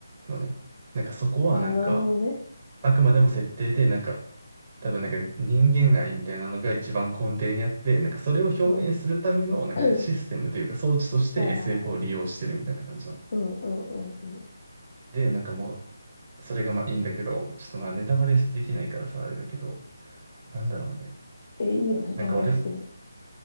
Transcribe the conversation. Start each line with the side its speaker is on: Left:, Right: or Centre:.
Right: のね。なんかそこはなんか、
Left: ああ、なるほどね。
Right: あくまでも設定で、なんか、多分なんか人間愛みたいなのが一番根底にあって、なんかそれを表現するためのなんかシステムというか装置として
Left: うん。<clears throat> はいはいはい。
Right: SF を利用してるみたいな感じの。
Left: うんうんうんうん。
Right: で、なんかもう、それがまあいいんだけど、ちょっとまあネタバレできないからさ、あれだけど、なんだろうね。
Left: え、いいよね、
Right: なんか俺、
Left: タバレしても。